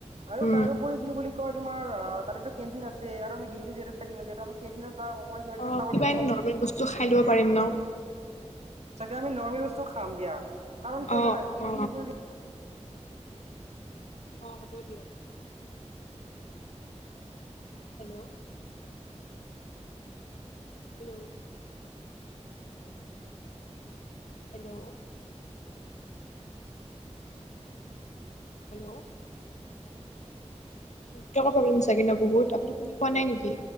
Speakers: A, on the right (about 65°); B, on the left (about 75°).
A: আৰু
B: উম
A: তাৰপৰি কি বুলি কয় তোমাৰ আহ তাতেতো কেণ্টিন আছে আৰু আমি দিনটো যিহেতু থাকিম যিহেতু আমি কেণ্টিনত অকমান কিবা কিবি
B: অ
A: খাব
B: কিবা
A: লাগিব
B: এনে নৰ্মেল বস্তু খাই লব পাৰিম ন।
A: চাগে আমি নৰ্মেল বস্তু খাম দিয়া কাৰণ কিয়
B: অ
A: জানা কেন্টিন
B: অ অ, হ'ব দিয়ক। হেল্ল', হেল্ল', হেল্ল', হেল্ল', নেটৱৰ্কৰ প্ৰব্লেম চাগে ন' বহুত? আপুনি শুনি পোৱা নাই নেকি?